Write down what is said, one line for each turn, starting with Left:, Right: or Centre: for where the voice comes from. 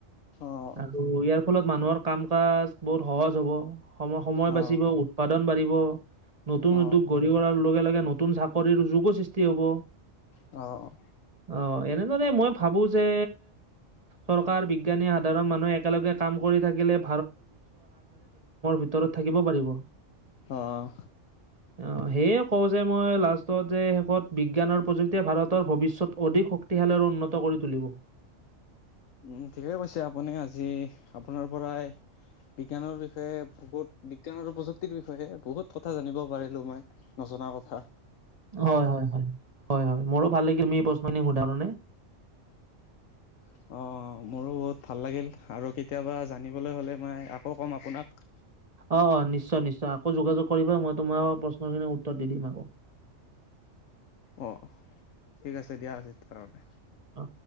Left: অ',
Right: আৰু ইয়াৰ - ফলত মানুহৰ, কাম-কাজবোৰ সহজ হব সময় সময়
Left: অ',
Right: বাচিব উৎপাদন বাঢ়িব নতুন
Left: অ',
Right: উদ্যোগ গঢ়ি <unintelligible> লগে লগে নতুন চাকৰিৰ যুগ সৃষ্টি হ'ব
Left: অ',
Right: অহ, এনেদৰে মই ভাবো যে চৰকাৰ বিজ্ঞানীয়ে সাধাৰণ মানুহে একেলগে কাম কৰি থাকিলে উতিতৰত থাকিব পাৰিব
Left: আহ,
Right: অ', সেয়ে কও যে মই লাষ্টত যে শেষত বিজ্ঞানৰ প্ৰযুক্তিয়ে ভাৰতৰ ভৱিষ্যত অধিক শক্তি তোহালৰ উন্নত কৰি তুলিব
Left: উম ঠিকে কৈছে আপুনি, আজি আপোনাৰ পৰাই বিজ্ঞানৰ বিষয়ে বহুত বিজ্ঞান, আৰু প্ৰযুক্তিৰ বিষয়ে বহুত কথা জানিব পাৰিলোঁ মই নজনা, কথা
Right: হয়, হয়, হয়, হয়, হয় মোৰো ভাল লাগিলমি এই পচিনি সুধৰণে
Left: অ, মোৰো বহুত ভাল লাগিল আৰু কেতিয়াবা, জানিবলৈ হ'লে মই আকৌ ক'ম আপোনাক
Right: অ', নিশ্চয়, নিশ্চয়, আকৌ যোগাযোগ কৰিবা মই তোমাৰ প্ৰশ্ন খিনি উত্তৰ দি দিম আকৌ
Left: অ', ঠিক আছে দিয়া <unintelligible>
Right: অ',